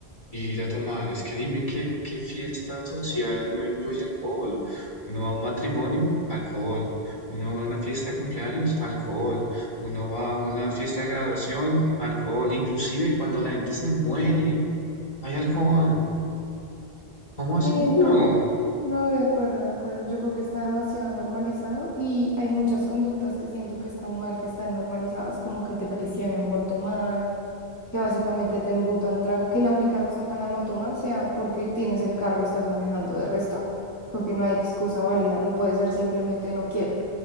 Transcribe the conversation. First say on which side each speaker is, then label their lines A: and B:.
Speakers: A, on the left; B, on the left.
A: Ir a tomar, es que dime qué, qué fiesta social no incluye alcohol. Uno va a un matrimonio, alcohol. Uno va a una fiesta de cumpleaños, alcohol. Uno va a una fiesta de graduación, alcohol. Inclusive cuando la gente se muere, hay alcohol. ¿Cómo hace
B: Sí, no,
A: uno?
B: no, de acuerdo, de acuerdo. Yo creo que está demasiado normalizado y hay muchas conductas que siento que están mal, que están normalizadas, como que te presionen por tomar, que básicamente te embutan trago, que la única razón para no tomar sea porque tienes el carro y estás manejando. De resto, creo que no hay excusa válida, no puede ser simplemente no quiero.